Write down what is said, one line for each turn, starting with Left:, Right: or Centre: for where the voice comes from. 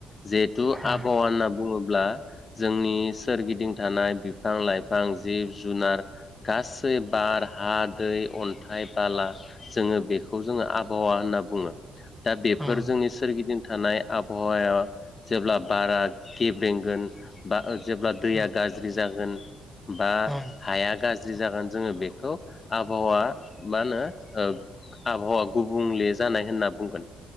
Left: जिहेथु
Centre: ओं
Left: आबहावा होनना बुङो ब्ला जोंनि सोरगिदिं थानाय बिफां लाइफां जिब जुनार गासै बार हा दै अन्थाइ बाला। जोङो बेखौ जोङो आबहावा होनना बुङो दा बेफोर
Centre: ओं।
Left: जोंनि सोरगिदिं थानाय आबहावाया जेब्ला बारा गेब्रेंगोन बा जेब्ला दैया
Centre: नंगौ
Left: गाज्रि जागोन बा
Centre: नोंथां
Left: हाया गा ज्रि जागोन जोङो बेखौ आबहावा मा होनो ओ आबहावा गुबुंले जानाय होनना बुंगोन